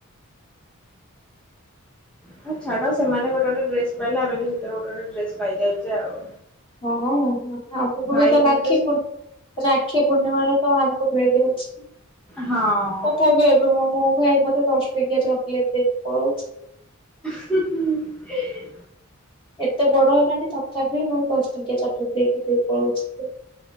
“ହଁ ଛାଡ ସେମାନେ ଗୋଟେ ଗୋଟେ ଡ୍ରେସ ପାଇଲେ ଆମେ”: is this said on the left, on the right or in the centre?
Centre